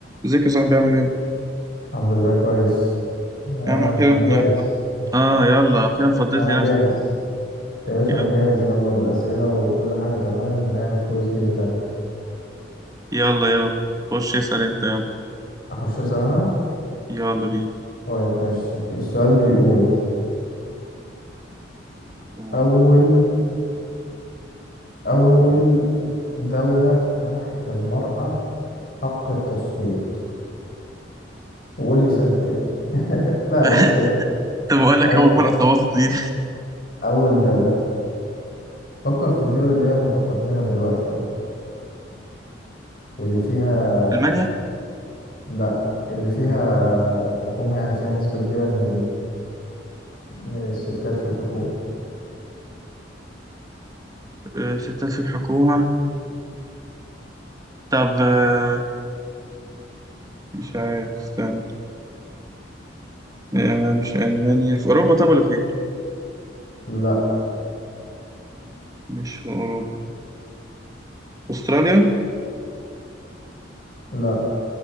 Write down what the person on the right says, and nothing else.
ازيك يا صاحبي عامل ايه؟
يا عم اخيرا
فض... اه يلا اخيرا فضيت
لي
نفسك
يلا
يلا يلا خش اسأل انت يلا
يلا بينا
أوه.
<laughs>
طب اقول لك
اول مرة
صوتت مين؟
<laughs> المانيا
آه، ستات في الحكومة طب آه، مش عارف استنى آه، ما مش المانيا في اوروبا طب ولا فين؟
مش في اوروبا استراليا